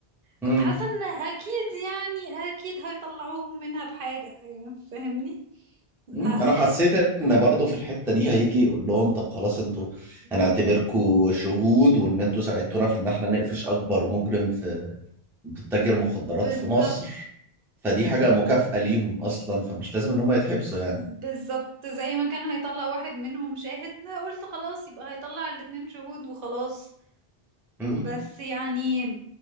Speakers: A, in the centre; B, on the right (about 65°).
A: مم.
B: كنت حاسة ان اكيد يعني اكيد هيطلعوهم منها بحاجة يعني فاهمني أ-
A: مم.
B: اكيد
A: أنا حسيت إن برضه في الحتة دي هيجي يقول لهم طب خلاص أنتوا هنعتبركوا
B: إن-
A: شهود وإن أنتوا ساعدتونا في إن إحنا نقفش أكبر مجرم في تاجر مخدرات
B: بالظبط
A: في مصر فدي حاجة مكافأة ليهم أصلا فمش لازم إن هم يتحبسوا يعني
B: بالظبط زي ما كان هيطلع واحد منهم شاهد قلت خلاص يبقى هيطلع الاتنين شهود وخلاص
A: مم.
B: بس يعني